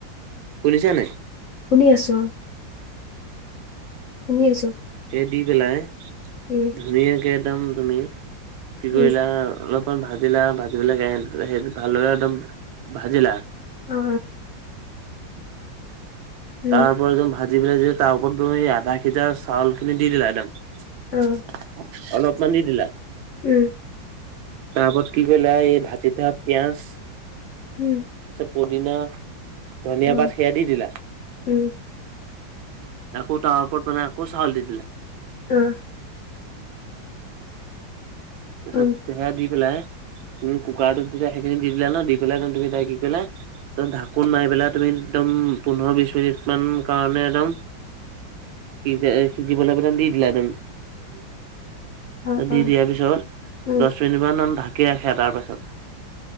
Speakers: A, on the right (about 80°); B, on the left (about 70°).
A: শুনিছা নাই
B: শুনি আছোঁ শুনি আছোঁ।
A: সেই দি পেলাই
B: উম,
A: ধুনীয়াকৈ একদম তুমি কি
B: উম,
A: কৰিলা অলপমান ভাজিলা ভাজিবিলাক ভালদৰে একদম ভাজিলা
B: অ উম,
A: তাৰ পৰা একদম ভাজি পেলাই তাৰ ওপৰতম আধা সিটা চাউল খিনি দি দিলা একদম
B: অ',
A: অলপ মান দি দিলা
B: উম
A: তাৰ উপৰত কি কৰিলা এই ভাজি থোৱা পিয়াঁজ
B: ওম
A: তত পদিনা ধনিয়া
B: অ',
A: বাট সেয়া দি দিলা
B: উম
A: আকৌ তাৰ ওৰত ত মানে আকৌ চউল দি দিলা।
B: অঁ
A: তাছয
B: উম,
A: স সেয়া দি পেলাই তুমি কুকাৰটোত তেতিয়া সেইখিনি দি দিলা ন দি পেলাই তুমি তাই কি কৰিলা ঢাকোন মাৰ পেলাই তুমি একদম পোন্ধৰ বিশ মিনিট মান কাৰণে একদম সিজ সিজিবলৈ দি দিলা একদম উ
B: অ', অ',
A: দি দিয়াৰ পিছত
B: উম,
A: দহ মিনিটমান ঢাকি ৰাখে তাৰ পাছত